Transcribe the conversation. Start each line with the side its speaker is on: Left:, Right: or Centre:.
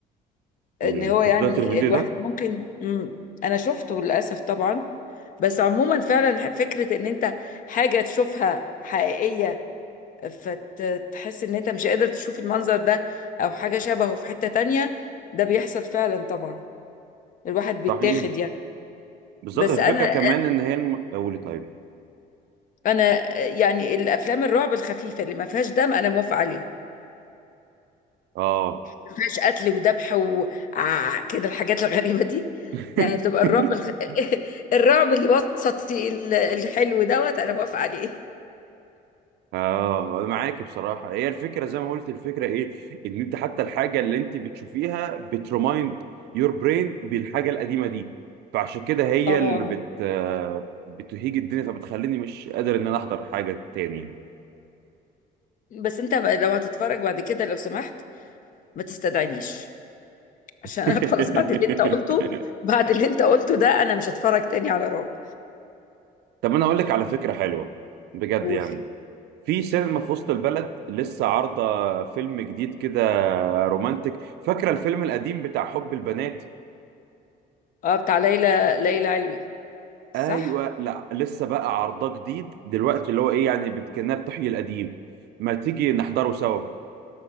Right: أمم،
Left: ان هو
Right: انت
Left: يعني
Right: حضرت الفيديو
Left: الواحد
Right: ده
Left: ممكن مم. انا شفته للاسف طبعا بس عموما فعلا فكره ان انت حاجه تشوفها حقيقيه فتحس ان انت مش قادر تشوف المنظر ده او حاجه شبهه في حته تانية ده بيحصل فعلا طبعا الواحد بيتاخد
Right: صحيح
Left: يعني
Right: بالظبط
Left: بس
Right: الفكره
Left: انا
Right: كمان ان هي الم... قولي طيب
Left: انا يعني الافلام الرعب الخفيفه اللي ما فيهاش دم انا موافقه عليها
Right: اه
Left: ما فيهاش قتل وذبح وكده الحاجات الغريبة دي
Right: <laughs>
Left: يعني بتبقى الرعب الخ... <laughs> الرعب الوسطي ال- الحلو دوت انا موافقة عليه
Right: اه انا معاك بصراحه هي الفكره زي ما قلت الفكره ايه ان انت حتى الحاجه اللي انت بتشوفيها بترمايند يور برين بالحاجه القديمه دي فعشان كده هي
Left: اه
Right: اللي بت آه، بتهيج الدنيا فبتخليني مش قادر ان انا احضر حاجه تاني يعني
Left: بس انت لو هتتفرج بعد كده لو سمحت ما تستدعينيش عشان انا
Right: <laughs>
Left: <laughs> خلاص بعد اللي انت قلته بعد اللي انت قلته ده انا مش هتفرج تاني على رعب
Right: طب انا اقول لك على فكره حلوه بجد
Left: قول
Right: يعني في سينما في وسط البلد لسه عارضه فيلم جديد كده رومانتك فاكره الفيلم القديم بتاع حب البنات
Left: اه بتاع ليلى ليلى علوي صح
Right: ايوه لا لسه بقى عرضه جديد دلوقتي اللي هو ايه يعني بت- كأنها بتحيي القديم ما تيجي نحضره سوا